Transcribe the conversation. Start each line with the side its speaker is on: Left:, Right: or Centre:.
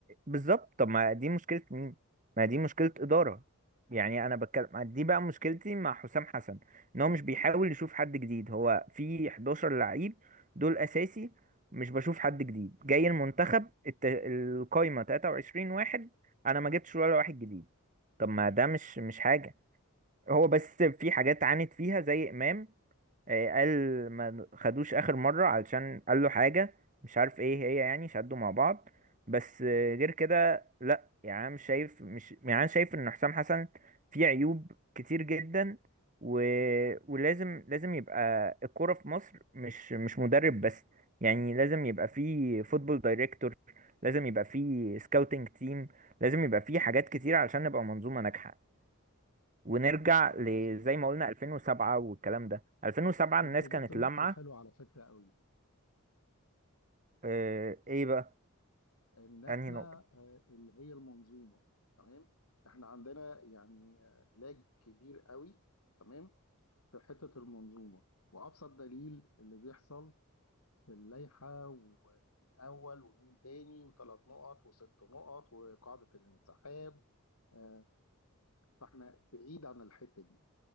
Right: بالظبط طب ما دي مشكلة مين ما دي مشكلة إدارة يعني انا بتكلم دي بقى مشكلتي مع حسام حسن ان هو مش بيحاول يشوف حد جديد هو في 11 لعيب دول اساسي مش بشوف حد جديد جاي المنتخب الت... القايمة 23 واحد انا ما جبتش ولا واحد جديد طب ما ده مش مش حاجة هو بس في حاجات عانت فيها زي إمام آه، قال ما خدوش اخر مره علشان قال له حاجه مش عارف ايه هي يعني شدوا مع بعض بس آه، غير كده لا يعني أنا مش شايف مش يعني أنا شايف ان حسام حسن فيه عيوب كتير جدا و... ولازم لازم يبقى الكوره في مصر مش مش مدرب بس يعني لازم يبقى فيه فوتبول دايركتور لازم يبقى فيه سكاوتنج تيم لازم يبقى فيه حاجات كتير علشان نبقى منظومه ناجحه ونرجع
Left: آه،
Right: لزي ما قلنا 2007 والكلام ده 2007
Left: انت
Right: الناس
Left: جبت
Right: كانت
Left: النقطة
Right: لامعة
Left: الحلوة على فكرة قوي
Right: آه، ايه بقى
Left: ان احنا
Right: انهي نقطة
Left: آه، اللي هي المنظومة تمام احنا عندنا يعني آه، لاج كبير قوي تمام في حتة المنظومة وابسط دليل اللي بيحصل في اللائحة ومين اول ومين تاني وثلاث نقط وست نقط وقاعدة الانسحاب آه، فاحنا بعيد عن الحتة دي